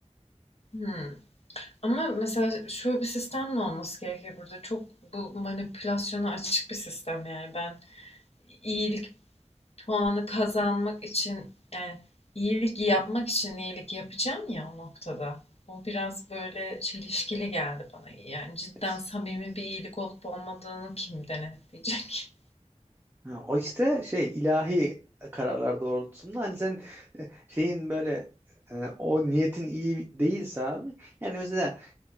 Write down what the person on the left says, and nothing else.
Hmm. Ama mesela şöyle bir sistem de olması gerekir burada. Çok bu manipülasyona açık bir sistem yani. Ben iyilik puanı kazanmak için yani iyilik yapmak için iyilik yapacağım ya o noktada. O biraz böyle çelişkili geldi bana. Yani cidden
samimi bir iyilik olup olmadığını kim denetleyecek?